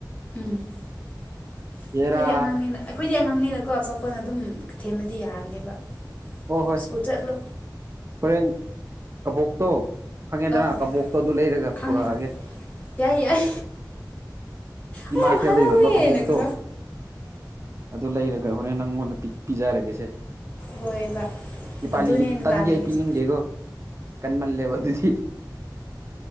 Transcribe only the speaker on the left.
ꯎꯝ <inaudible>
ꯑꯩꯈꯣꯏꯗꯤ ꯑꯉꯥꯡꯅꯤꯅ ꯑꯩꯈꯣꯏꯗꯤ ꯑꯉꯥꯡꯅꯤꯅꯀꯣ ꯑꯆꯥꯄꯣꯠꯅ ꯑꯗꯨꯝ ꯊꯦꯝꯃꯗꯤ ꯌꯥꯔꯅꯦꯕ
ꯁ꯭ꯀꯨꯜ ꯆꯠꯂꯣ
ꯑꯥ
ꯈꯪꯉꯦ
ꯈꯪꯉꯦ ꯌꯥꯏ ꯌꯥꯏ ꯑ
ꯌꯥꯝ
ꯍꯔꯥꯎꯋꯦꯅ
ꯀꯣ
ꯍꯣꯏꯕ
ꯑꯗꯨꯅꯦ ꯑꯩꯅ
ꯇꯥꯅꯤꯡꯉꯤꯁꯦ